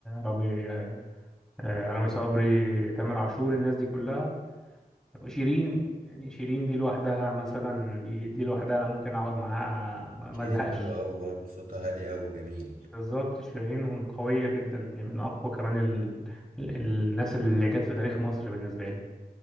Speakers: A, in the centre; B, on the right (about 65°).
A: رامي آه، آه، رامي صبري تامر عاشور الناس دي كلها شيرين يعني شيرين دي لوحدها مثلا دي دي لوحدها انا ممكن اقعد معاها ما
B: شيرين
A: ما ازهقش
B: حلوة أوي برضه صوتها هادي أوي وجميل
A: بالظبط شيرين قوية جدا يعني من أقوى كمان ال... ال... الناس اللي جت في تاريخ مصر بالنسبة لي